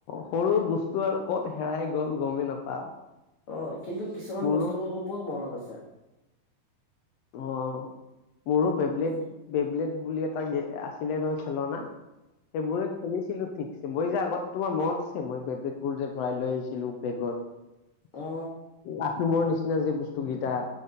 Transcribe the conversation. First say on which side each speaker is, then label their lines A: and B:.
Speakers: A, on the left (about 70°); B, on the left (about 45°).
A: সৰু বস্তু আৰু কত হেৰাই গ'ল গমেই নাপাও।
B: অ, কিন্তু কিছুমান
A: মোৰো
B: বস্তুবোৰ বহুত মনত আছে।
A: অ, মোৰো বেবলেট,
B: অ
A: বেবলেট বুলি এটা আছিলে নহয়। খেলনা, সেইবোৰে খেলিছিলো ঠিকছে বৈ যা ত, তোমাৰ মন আছে মই বেবেবুত যে ভৰাই লৈ আহিছিলো বেগত।
B: অ
A: আ তুমৰ নিচিনা যে, বস্তু কেইটা।